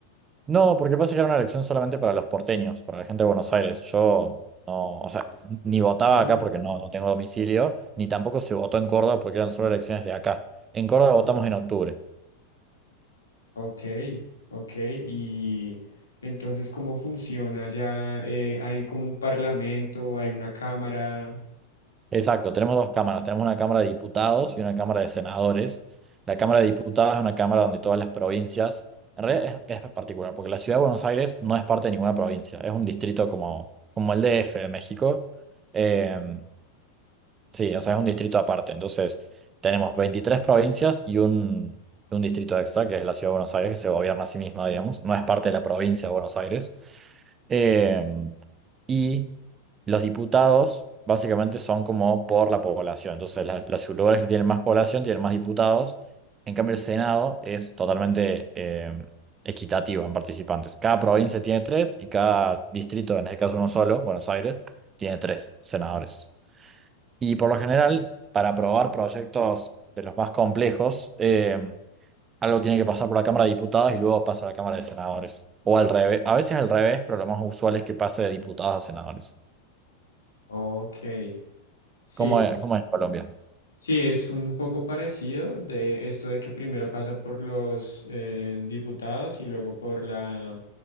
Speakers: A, on the right (about 20°); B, on the left (about 70°).
A: No, porque pasa que era una elección solamente para los porteños, para la gente de Buenos Aires. Yo no, o sea, ni votaba
B: Ah,
A: acá porque no, no tengo domicilio, ni tampoco se votó en Córdoba porque eran solo elecciones de acá. En Córdoba votamos en octubre.
B: ok, ok. Y entonces, ¿cómo funciona ya? Eh, ¿hay como un parlamento, hay una cámara?
A: Exacto, tenemos dos cámaras, tenemos una Cámara de Diputados y una Cámara de Senadores. La Cámara de Diputados es una cámara donde todas las provincias, en realidad es, es particular, porque la ciudad de Buenos Aires no es parte de ninguna provincia, es un distrito como, como el DF de México. Em, Sí, o sea, es un distrito aparte. Entonces, tenemos 23 provincias y un, un distrito extra, que es la Ciudad de Buenos Aires, que se gobierna a sí misma, digamos. No es parte de la provincia de Buenos Aires. Eh, y los diputados básicamente son como por la población. Entonces, la- los lugares que tienen más población tienen más diputados. En cambio, el Senado es totalmente eh, equitativo en participantes. Cada provincia tiene tres y cada distrito, en este caso uno solo, Buenos Aires, tiene tres senadores. Y por lo general, para aprobar proyectos de los más complejos, eh, algo tiene que pasar por la Cámara de Diputados y luego pasa a la Cámara de Senadores. O al revés, a veces al revés, pero lo más usual es que pase de diputados a senadores.
B: Ok, sí,
A: ¿Cómo es, cómo es en Colombia?
B: sí, es un poco parecido de esto de que primero pasa por los eh, diputados y luego por la,